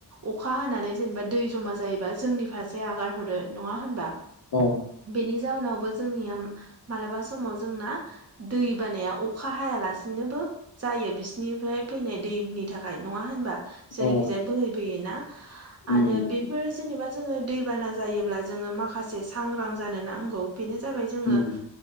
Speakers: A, on the right (about 40°); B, on the left (about 65°).
A: अखा हानानै। जेनेबा दै जमा जायोबा जोंनि फारसे आगार हरदो नङा होनबा?
B: अ
A: बेनि जाउनावबो जोंनिया मालाबा समाव जोंना दै बानाया अखा हायालासिनोबो जायो बिसिनिफ्राय फैनाय दैनि थाखाय नङा होनबा जोंखिजाया
B: अ
A: बोहै बोयोना।
B: उम
A: आरो बेफोर जेनेबा जोङो दैबाना जायोब्ला जोङो माखासे सांग्रां जानो नांगौ। बेनो जाबाय जोङो
B: उम